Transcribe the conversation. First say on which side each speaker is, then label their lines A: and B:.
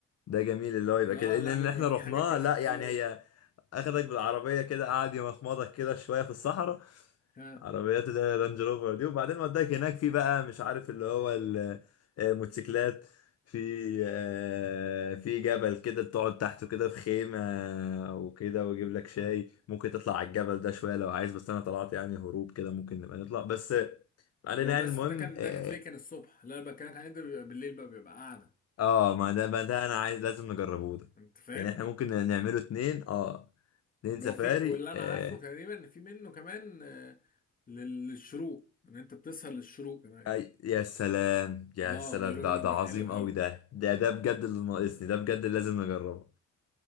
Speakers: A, on the left; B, on the left.
A: ده جميل اللي هو يبقى
B: اه
A: كده
B: لا
A: ان إن
B: بيبقى
A: احنا
B: في
A: رحناه
B: حاجات كده
A: لا
B: حلوه
A: يعني هي اخدك بالعربيه كده قعد يمخمضك كده شويه في الصحراء
B: قوي
A: عربيات اللي هي رانج روفر دي وبعدين وداك هناك في بقى مش عارف اللي هو ال- آه، موتوسيكلات في آه، في جبل كده تقعد تحته كده في خيمة وكده ويجيب لك شاي ممكن تطلع على الجبل ده شوية لو عايز بس انا طلعت يعني هروب كده ممكن نبقى نطلع بس آه، علينا
B: هو ده
A: يعني المهم
B: ده كان
A: اه
B: ده هتلاقيه كان الصبح لا انا بكلمك عن ده بيبقى بالليل بقى بيبقى قاعده
A: آه، ما ده ما ده انا عايز لازم نجربه ده
B: انت فاهم
A: يعني احنا ممكن نعمله اتنين اه اتنين
B: لو
A: سفاري
B: في واللي انا
A: آه،
B: عارفه تقريبا ان في منه كمان آه، لل- للشروق ان انت بتسهر للشروق كمان
A: أي يا سلام يا
B: اه
A: سلام
B: بيقولوا
A: ده
B: ده
A: ده
B: بيبقى
A: عظيم
B: حلو قوي
A: قوي ده ده ده بجد اللي ناقصني ده بجد اللي لازم نجربه